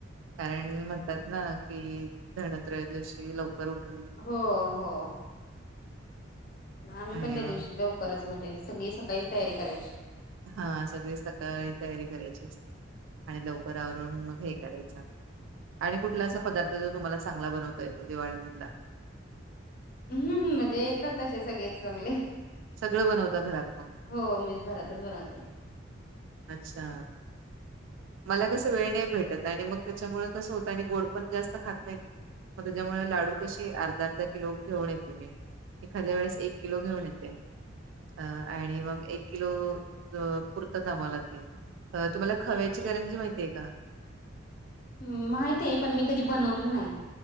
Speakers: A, on the right (about 75°); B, on the left (about 45°).
A: कारण म्हणतात ना की धनत्रयोदिवशी लव करऊठ
B: हो हो आम्ही
A: आणि
B: पण त्या
A: मग
B: दिवशी लव करच म्हणजे सगळी सकाळीच तयारी करायची.
A: हा सगळी सकाळी तयारी करायची असते. आणि लवकर आवरून मग हे करायचं. आणि कुठला असा पदार्थ जो तुम्हाला चांगला बनवता येतो दिवाळी मधला.
B: हूं म्हणजे येतात तसे सगळेच चांगले.
A: सगळं बनवताात घरात मग.
B: हो मी घरातच बनवते.
A: अच्छा. मला कसं वेळ नाही भेटत, आणि मग त्याच्यामुळे कसं होत, आणि गोड पण जास्त खात नाहीत. म त्याच्यामुळे लाडू कसे अर्धा अर्धा किलो घेऊन येते मी एखाद्या वेळेस एक किलो घेऊन येते. अ आणि मग एक किलो पुरत ता मला ती तुम्हाला खव्याची करंजी माहिती आहे का?
B: मं माहित हे पण मी कधी बनवले नाही.